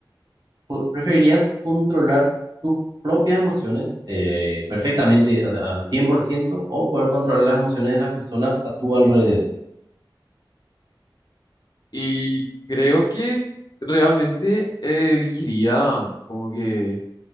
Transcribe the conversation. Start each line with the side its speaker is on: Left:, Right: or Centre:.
Right: Po- ¿Preferirías controlar tus propias emociones eh, perfectamente a- al 100% o poder controlar las emociones de las personas a tu alrededor?
Left: Y creo que realmente eh, elegiría como que